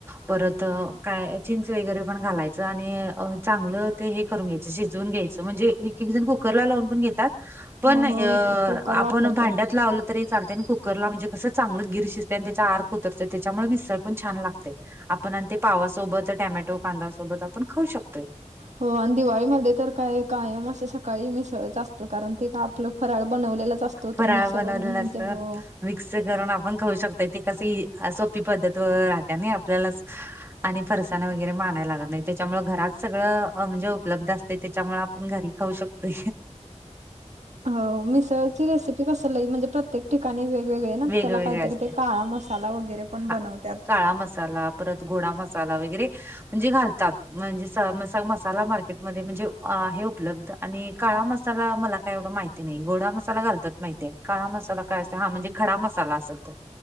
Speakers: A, on the right; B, on the right.
A: परत काय चिंच वगैरे पण घालायचं आणि अ चांगलं ते हे करून घ्यायचं, शिजवून घ्यायचं म्हनजे एकेक जण गो कुकरला लावून पण घेतात पण
B: हो
A: अ
B: हो एक एक कुकर
A: आपण
B: वापरतात.
A: भांड्यात लावल तरी चालते आणि कुकरला म्हणजे कसं चांगलंच गिर शिजतय आणि त्याच्या अर्क उतरतय त्याच्यामुळ मिसळ पण छान लागतय. आपण अनं ते पावा सोबत टॅमॅटो कांद्या सोबत आपण खाऊ शकतोय.
B: हो आणि दिवाळीमध्ये तर काय कायम असं सकाळी मिसळच असं त कारण ते काय आपलं फराळ बनवलेलाच असतो
A: फराळ
B: तो मिक्सरवरून
A: बनवलेलं
B: घेउनचाय
A: असतं.
B: हो
A: मिक्स करून आपण खऊ शकतोय ते कस ई सोपी पद्धत व राहतने नय आपल्यालाच आणि फरसान वगैरे म आणायला लागत नाही त्याच्यामुळे घरात सगळं अ म्हणजे उपलब्ध असतय त्याच्यामुळ आपण घरी करू शक <unintelligible>
B: हो मिसळची रेसिपी कस लई म्हणजे प्रत्येक ठिकाणी वेगवेगळे ना
A: वेगवेगळे
B: त्याला कायतरी
A: असते
B: ते काळा मसा साला वगैरे पण
A: हा
B: बनवत्यात.
A: काळा मसाला परत गोडा मसाला वगैरे म्हणजे घालतात म्हणजे स मस मसाला मार्केटमध्ये म्हणजे अहे उपलब्ध आणि काळा मसाला मला काय एवढं माहिती नाही गोडा मसाला घालतात माहितीये काळा मसाला काय असत हा म्हणजे खडा मसाला असल तो